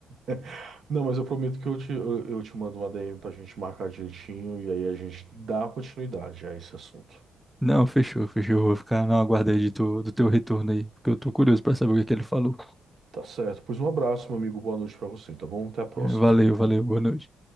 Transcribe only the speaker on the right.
<laughs> Não, mas eu prometo que eu te, eu, eu te mando uma DM pra gente marcar direitinho e aí a gente dá continuidade a esse assunto.
Tá certo. Pois um abraço, meu amigo. Boa noite pra você, tá bom? Até a próxima.